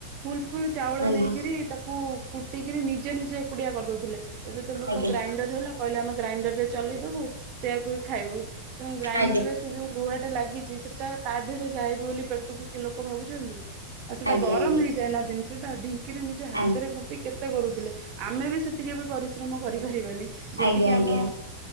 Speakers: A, on the right; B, on the right.
A: ଫୁଲ ଫୁଲ ଚାଉଳ
B: ଆଜ୍ଞା
A: ନେଇକିରି ତାକୁ କୁଟିକିରି ନିଜେ ନିଜେ ଏକୁଟିଆ କରିଦଉଥିଲେ। ଏବେ ତ ଲୋକ
B: ଆଜ୍ଞା
A: ଗ୍ରାଇଣ୍ଡର ହେଲା କହିଲେ, ଆମେ ଗ୍ରାଇଣ୍ଡର ରେ ଚଲେଇଦବୁ, ସେଇଆକୁ ହିଁ ଖାଇବୁ। ତେଣୁ ଗ୍ରାଇଣ୍ଡର
B: ଆଜ୍ଞା
A: ରେ ସେ ଯୋଉ ଲୁହା ଟା ଲାଗିଛି ସେଟା ତା ଦେହରେ ଯାଏ ବୋଲି ପେଟକୁ କି ଲୋକ ଭାବୁଛନ୍ତି। ଆଉ ସେଇଟା
B: ଆଜ୍ଞା
A: ଗରମ
B: ଆଜ୍ଞା
A: ହେଇଯାନା ଜିନିଷଟା ଢିଙ୍କିରେ ନିଜ ହାତରେ
B: ଆଜ୍ଞା।
A: କୁ କେତେ କରୁଥିଲେ ଆମେ ବି ସେତିକି ଏବେ ପରିଶ୍ରମ କରିପାରିବାନି। ଯେତିକି
B: ଆଜ୍ଞା ଆଜ୍ଞା
A: ଆମ